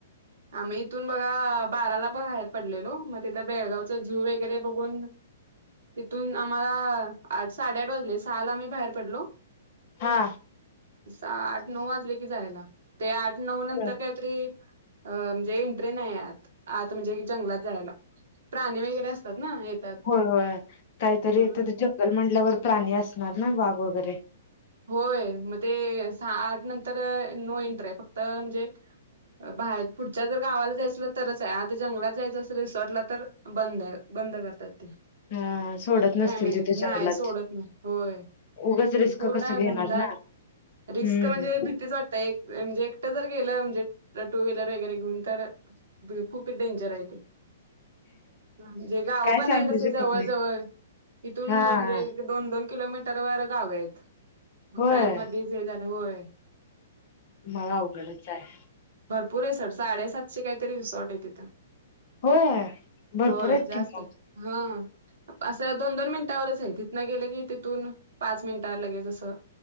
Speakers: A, on the right; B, on the left.
A: आम्ही इथून बघा बाराला पण बाहेर पडलेलो मग तिथं बेळगावच झू वगैरे बघून तिथून आम्हाला साडेआठ वाजले सहाल आम्ही बाहेर पडलो
B: हा.
A: आठ नऊ वाजले की जायला ते आठ नऊ नंतर
B: हा
A: काहीतरी अ म्हणजे एंट्री नाही आ आता म्हणजे जंगलात जायला. प्राणी वगैरे असतात ना येतात
B: हो काहीतरी
A: म्हणून
B: तिथे जंगल म्हटल्यावर प्राणी असणार ना वाघ वगैरे
A: होय मग ते सहा आठ नंतर नो एंटर आहे फक्त म्हणजे बाहेर पुढच्या जर गावाला जायचलं तरच आहे आता जंगलात जायचं अस रिसॉर्टला तर बंद आहे बंद करतात.
B: हा सोडत नसतील
A: फॅमिलीत
B: तिथे जंगलात
A: नाही सोडत नाही होय.
B: उगच रिस्क
A: पूर्ण
B: कसं घेणार
A: घनदााट
B: ना
A: रिस्क
B: हम्म
A: म्हणजे भीतीच वाटतय एक म्हणजे एकटं जर गेलं म्हणजे तर टू व्हीलर वगैरे घेऊन तर खूप डेंजर आहे ते म्हणजे गाव
B: काय
A: पण
B: सांगू
A: नाही तस
B: शकत
A: जवळ
B: नाही
A: जवळ इथून
B: हा
A: म्हणजे दोन दोन किलोमीटर व गाव आहेत. मग
B: होय
A: काय म दिस हे झालं होय.
B: मला अवघडच आहे.
A: पुरेसर साडेसातशे काहीतरी रिसॉर्ट आहे तिथं
B: होय भरपूर
A: हो
B: आहेत
A: जास्त
B: की मग
A: हा. असं दोन दोन मिनिटांवरच आहे तिथनं गेलं की तिथून पाच मिनिटावर लगेच असं